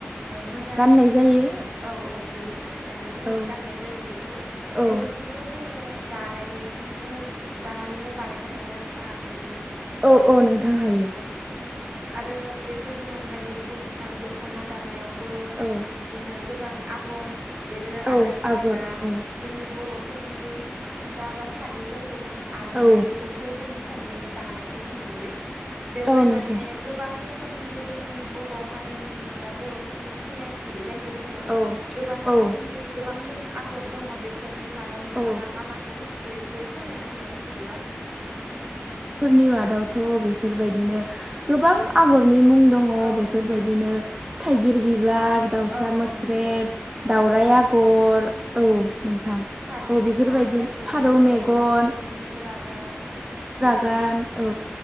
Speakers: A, on the right; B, on the right.
A: मोजां
B: गाननाय जायो
A: औ औ बेनि थाखाय माने जोङो
B: औ
A: गाननाय जायो बेखौ
B: औ
A: बेफोरखौबोथ' जोङो दानायजोंनो दानानैनो बानायनो हायोना नोंथाङा आखाइजोंनो।
B: औ औ नोंथां हायो।
A: औ आरो बेफोरनि अनगायै बि जे नोंथां दख'ना दानायावबो
B: औ
A: बिदिनो गोबां आगर एरो आरो
B: औ
A: जेनेबा
B: आगर औ
A: जोंनि बर' फोरनि फास्रा बा फालि जायखौ बुङो आर'नाइ
B: औ
A: बेखौबोथ' जों हिसानजोंनो दानायखौ जों नुयो बेवहाय
B: औ नोंथां
A: माने गोबां रोखोम रोखोमनि जोंनि बर' हारिनि बा बर'फोरनि सिनायथि जाय बुङो
B: औ
A: गोबां रोखोमनि
B: औ
A: गोबां मुं आगर दङ बेफोर नि मादाव नोंथाङा
B: औ
A: मा माखौ मिथिगौ एसे फोरमायना होलाय मिथिगौबा।
B: फोरनि मादावथ' बेफोरबायदिनो गोबां आगरनि मुं दङ
A: औ
B: बेफोरबायदिनो
A: औ नंगौ नोंथां
B: थाइगिर बिबार दाउस्रा
A: औ
B: मोख्रेब
A: औ नंगौ
B: दाउरायाइ
A: औ औ
B: आगर औ नोंथां।
A: फारौ
B: औ बेफोरबायदि
A: मेगन जायखौ
B: फारौ
A: बुङो
B: मेगन
A: औ मुफुर मुफुर आगान बिदि।
B: गान औ